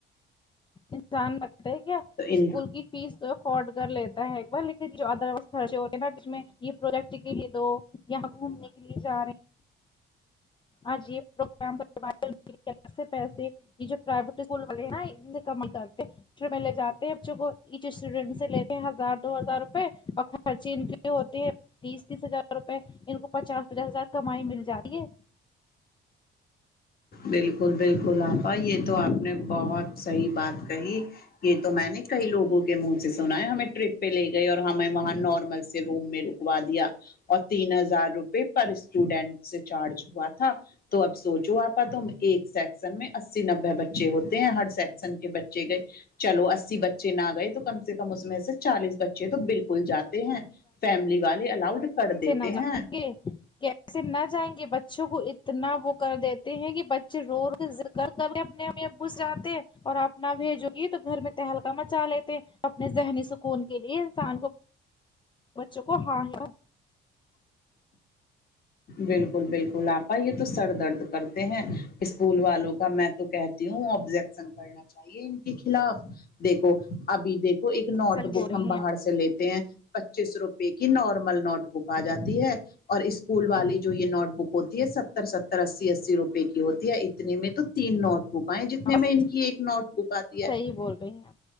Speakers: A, on the left; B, on the left.
A: انسان رکتا ہے کیا
B: تو ان
A: اسکول کی فیس تو افورڈ کر لی تا ہے ایک بار لیکن جو ادر وائز خرچے ہوتے ہیں نا اس میں یہ پروجیکٹ کے لیے دو یہاں گھومنے کے لیے جا رے آج یہ پروگرام پر <inaudible> سے پیسے یہ جو پرویٹ اسکول والے ہیں نا ان سے کمائی کرتے ٹریپ میں لے جاتے ہے بچو کو ایچ اسٹوڈنٹ سے لیتے ہیں ہزار دو ہزار روپئے اور خرچے ان کے لیے ہوتے ہیں بیس تیس ہزار روپے ان کو پچاس پچاس ہزار کمائی مل جاتی ہے
B: بالکل بالکل آپا یہ تو آپ نے بہت صحیح بات کہی یہ تو میں نے کئی لوگوں کے منہ سے سنا ہے ہمیں ٹریپ پہ لے گئی اور ہمیں وہاں نارمل سے روم میں رکوا دیا اور تین ہزار روپئے پر اسٹوڈنٹ سے چارج ہوا تھا تو اب سونچو آپ پر تم ایک سیکسن میں اسی نوے بچے ہوتے ہیں ہر سیکشن کے بچے گئے چلو اسی بچے نہ گئے تو کم سے کم اس میں سے چالیس بچے تو بالکل جاتے ہیں فیملی والے الاؤڈ کر دیتے
A: بچے نہ جائیں
B: ہیں
A: گے کیسے نہ جائیں گے بچوں کو اتنا وہ کر دیتے ہیں کہ بچ یہ ر ذکر کر کے اپنے امی ابو سے آتے ہیں اور اپ نہ بھیجو یہ تو گھر میں تہلکا مچا لیتے اپنے ذہنی سو کون کے لیے انسان کو بچوں کو ہاں ہی
B: بالکل بالکل آپا یہ تو سر درد کرتے ہیں اسکول والوں کا میں تو کہت ی ہوں آبجیکشن کرنا چاہیے ان کے خلاف دیکھو ابھی دیکھو کو ایک نوٹ
A: صحیح
B: بک
A: بول رہی
B: ہم باہر
A: ہیں
B: سے لیتے ہیں پچیس روپے کی نارمل نوٹ بک آجاتی ہے اور اس اسکول والی جو یہ نوٹ بک ہوتی ہے ستر ستر اسی اسی روپئے کی ہوتی ہے اتنے میں تو تین نوٹ بک اۓ جتنے
A: آپ بس
B: میں ان کی ایک نوٹ بک آتی ہے
A: صحیح بول رہی ہیں